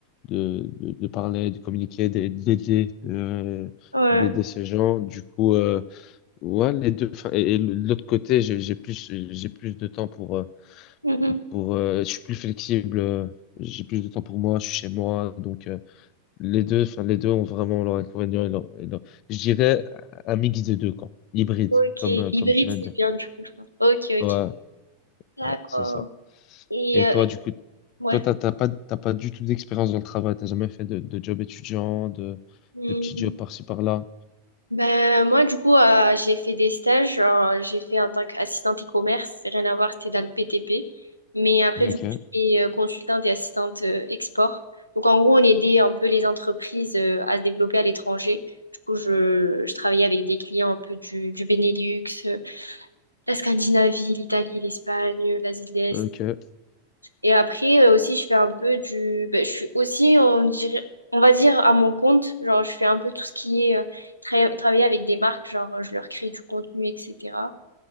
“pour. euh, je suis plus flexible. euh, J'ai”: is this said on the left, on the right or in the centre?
Left